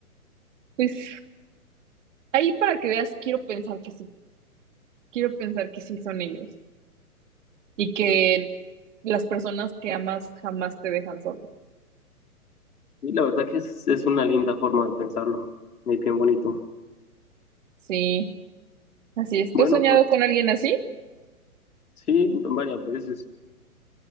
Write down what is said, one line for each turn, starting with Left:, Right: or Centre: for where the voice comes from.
Right: Pues ahí para que veas, quiero pensar que sí, quiero pensar que sí son ellos y que las personas que amas jamás te dejan solo.
Left: Y la verdad que es, es una linda forma de pensarlo, es bien bonito.
Right: Sí, así es.
Left: Bueno,
Right: ¿Tú has soñado
Left: pues
Right: con alguien así?
Left: sí, varias veces,